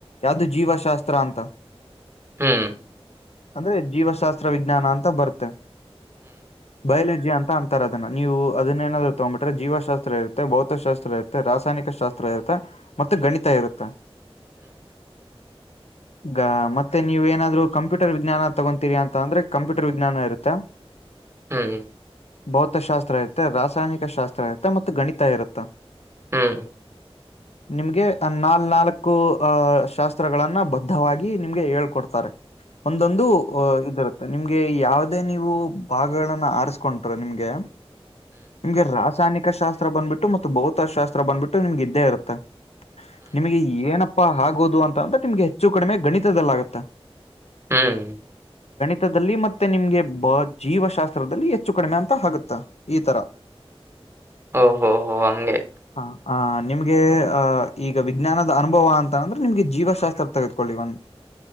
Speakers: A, on the left; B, on the right.
A: ಯಾವ್ದು ಜೀವಶಾಸ್ತ್ರ ಅಂತ.
B: ಹ್ಮ್
A: ಅಂದ್ರೆ ಜೀವಶಾಸ್ತ್ರ ವಿಜ್ಞಾನ ಅಂತ ಬರುತ್ತೆ ಬಯಲಜಿ ಜಿ ಅಂತ ಅಂತಾರೆ ಅದನ್ನ ನೀವು ಅದನೆನಾದ್ರೂ ತೊಂಬಿಟ್ರೆ ಜೀವಶಾಸ್ತ್ರ ಇರುತ್ತೆ ಭೌತಶಾಸ್ತ್ರ ಇರುತ್ತೆ ರಾಸಾಯನಿಕ ಶಾಸ್ತ್ರ. ಇರುತ್ತೆ ಮತ್ತ ಗಣಿತ ಇರುತ್ತೆ. ಈಗ ಮತ್ತೆ ನೀವ ಏನಾದ್ರು ಕಂಪ್ಯೂಟರ್ ವಿಜ್ಞಾನ ತಗೊಂತೀವಿ ಅಂತ ಅಂದ್ರೆ ಕಂಪ್ಯೂಟರ್ ವಿಜ್ಞಾನ ಇರುತ್ತೆ.
B: ಹ್ಮ್ ಹ್ಮ್ಮ್
A: ಭೌತಶಾಸ್ತ್ರ ಇರ್ತೆ ರಾಸಾಯನಿಕ ಶಾಸ್ತ್ರ ಇರ್ತೆ ಮತ್ತು ಗಣಿತ ಇರುತ್ತ.
B: ಹ್ಮ್ ಹ್
A: ನಿಮ್ಗೆ ನಾಲ್ ನಾಲಕು ಅ ಶಾಸ್ತ್ರಗಳನ್ನ ಬ ಬದ್ಧವಾಗಿ ನಿಮ್ಗೆ ಹೇಳ್ಕೊಡ್ತಾರೆ ಒಂದೊಂದು ಅ ಇದಿರುತ್ತೆ. ನಿಮ್ಗೆ ಯಾವದೇ ನೀವು ಭಾಗಗಳನ್ನ ಆರಿಸ್ಕೊಂಟ್ರ ನಿಮ್ಗೆ. ನಿಮ್ಗೆ ರಾಸಾಯನಿಕ ಶಾಸ್ತ್ರ ಬಂದ್ಬಿಟ್ಟು ಮತ್ತು ಭೌತಶಾಸ್ತ್ರ ಬಂದ್ಬಿಟ್ಟು ನಿಮ್ಗ ಇದ್ದೇ ಇರುತ್ತೆ. ನಿಮಗೆ ಏನಪ್ಪಾ ಹಾಗೋದು ಅಂತ ಅಂದ್ರೆ ನಿಮ್ಗೆ ಹೆಚ್ಚು ಕಡಿಮೆ ಗಣಿತದಲ್ಲಾಗುತ್ತೆ.
B: ಹ್ಮ್
A: ತದಲ್ಲಿ ಮತ್ತೆ ನಿಮ್ಗೆ ಬೌ ಜೀವಶಾಸ್ತ್ರದಲ್ಲಿ ಹೆಚ್ಚು ಕಡಿಮೆ ಅಂತ ಆಗುತ್ತೆ ಈ ತರ.
B: ಓಹೋ ಹೋ ಹಂಗೆ.
A: ಆ, ಆ ನಿಮ್ಗೆ ಆ ಈಗ ವಿಜ್ಞಾನದ ಅನುಭವ ಅಂತ ಅಂದ್ರ ನಿಮ್ಗೆ ಜೀವಶಾಸ್ತ್ರ ತಗ ಒ <unintelligible>